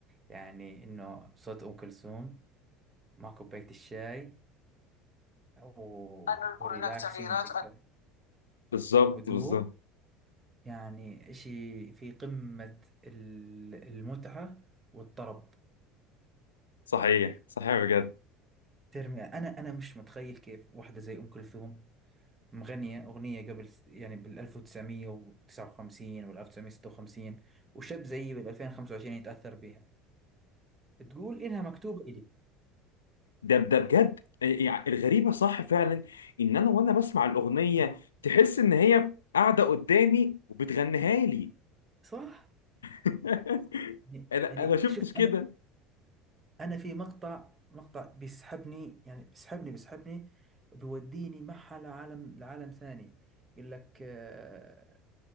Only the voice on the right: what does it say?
يعني إنه صوت أم كلثوم مع كوباية الشاي و-
وريلاكسينج
هيك
وهدوء
يعني إشي في قمة ال- المتعة والطرب
ترمي انا انا مش متخيل كيف واحده زي ام كلثوم مغنيه اغنيه قبل س- يعني بال 1959 وال 1956 وشاب زيي بال 2025 يتاثر بها تقول انها مكتوبه الي
صح
يعني
يعني
شوف
انا انا في مقطع مقطع بيسحبني يعني بيسحبني بيسحبني وبيوديني معها لعالم لعالم ثاني يقول لك آه،